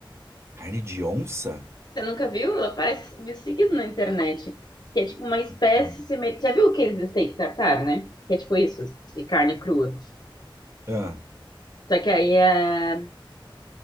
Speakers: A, on the right; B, on the left.
A: Carne de onça?
B: Você nunca viu? Ela aparece seguido na internet. Que é tipo uma espécie
A: Não.
B: semelhante. Já viu aqueles steak tartar, né? Que é tipo isso, de carne crua.
A: Ah,
B: Só que aí é